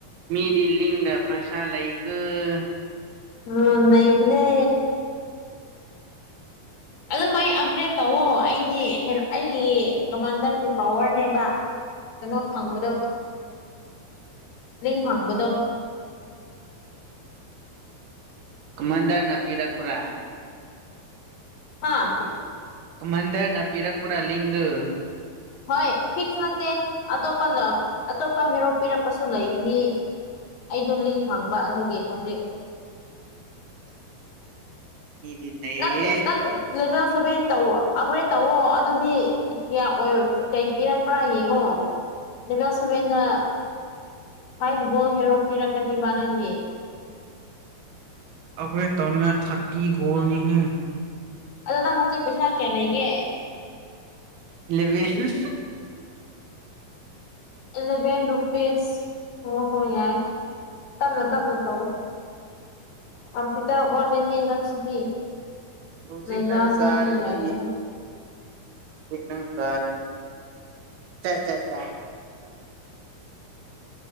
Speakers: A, on the right; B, on the left.
A: ꯃꯤꯗꯤ ꯂꯤꯡꯒꯥ ꯐ꯭ꯔꯁ ꯂꯩꯩꯀ‌ꯣ
B: ꯑ ꯅꯩꯕꯅꯦ
A: <unintelligible>
B: ꯑꯗꯨꯃꯥꯏ ꯑꯞꯒ꯭ꯔꯦꯗ ꯇꯧꯋꯣ ꯑꯩꯗꯤ ꯑꯩꯒꯤ ꯀꯃꯥꯟꯗꯔꯒꯤ ꯄꯋꯥꯔꯅꯦꯕ ꯀꯩꯅꯣ ꯐꯪꯕꯗ ꯂꯦꯡ ꯐꯪꯕꯗꯣ
A: ꯀꯃꯟꯗꯔꯅ ꯄꯤꯔꯛꯄꯔꯥ
B: ꯍꯥꯥ
A: ꯀꯍꯟꯗꯔꯅ ꯄꯤꯔꯛꯄ꯭ꯔꯥ ꯂꯤꯡꯗꯨ
B: ꯍꯣꯏ ꯐꯤꯛꯁ ꯅꯠꯇꯦ ꯑꯇꯣꯞꯄ ꯑꯇꯣꯞꯄ ꯍꯦꯔꯣꯞ ꯄꯤꯔꯛꯄꯁꯨ ꯂꯩꯒꯅꯤ ꯑꯩꯗꯣ ꯂꯤꯡ ꯐꯪꯕ ꯑꯗꯨꯒꯤ ꯍꯧꯖꯤꯛ
A: <unintelligible> ꯅꯩꯔꯦꯍꯦ
B: ꯅꯪ ꯅꯪ ꯂꯦꯕꯦꯜ ꯁꯨꯕꯦꯟ ꯇꯧ ꯑꯩꯈꯣꯔꯦ ꯇꯧꯋ ꯑꯗꯨꯗꯤ ꯀꯌꯥ ꯑꯣꯏ ꯀꯩ ꯄꯤꯔꯛꯄ꯭ꯔꯥ ꯌꯦꯡꯉꯣ ꯀꯁꯨꯕꯅ ꯐ ꯕꯣꯜ ꯍꯦꯔꯣ ꯄꯤꯔꯛꯀꯅꯤꯕ ꯅꯪꯒꯤ
A: ꯑꯒꯔ ꯇꯧꯅꯌꯥ ꯊꯔꯇꯤ ꯣꯜꯅꯤꯍ
B: ꯑꯗꯣ ꯅꯪ ꯍꯧꯖꯤꯛ ꯄꯩꯁꯥ ꯀꯌꯥ ꯂꯩꯒꯦ
A: ꯂꯂꯕꯦꯟ
B: ꯏꯂꯦꯚꯦꯟ ꯔꯨꯄꯤꯤꯁ ꯍꯍꯣꯏꯏ ꯇꯝꯅꯣ ꯇꯝꯅꯣ ꯇꯧꯣ ꯀꯝꯄ꯭ꯌꯨꯇꯔ ꯑꯣꯟꯂꯅꯤ ꯅꯪ ꯁꯤꯗꯤ
A: ꯍꯧꯖꯤꯛ
B: ꯂꯩꯗꯥꯅꯤ
A: ꯅꯪ ꯆꯥꯔꯅꯤ
B: ꯌꯥꯔ
A: ꯑꯦꯝ ꯁꯔꯅꯤ ꯆ ꯆ ꯆ